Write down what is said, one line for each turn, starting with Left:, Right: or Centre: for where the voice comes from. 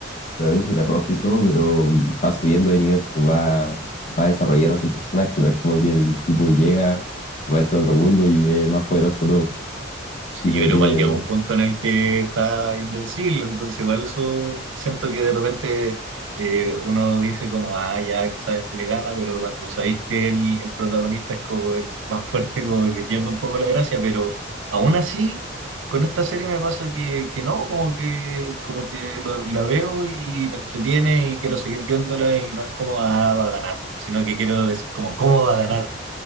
Left: protagonista está roto y todo, pero mm, va subiendo de nivel, pues va, va desarrollándose el personaje, ¿no? Es como que el tipo llega, aparece en otro mundo y es el más poderoso de todo.
Right: Sí,
Left: Tipo
Right: yo
Left: que
Right: creo
Left: tiene,
Right: igual llega un punto en el que está invencible, entonces igual eso siento que de repente eh, uno dice como, ah, ya quizás este le gana, pero cuando sabéis que el, el protagonista es como el más fuerte, como que pierde un poco la gracia, pero aún así, con esta serie me pasa que, que no, como que, como que lo- la veo y me entretiene y quiero seguir viéndola y no es como, ah, va a ganar, sino que quiero decir como, ¿cómo va a ganar?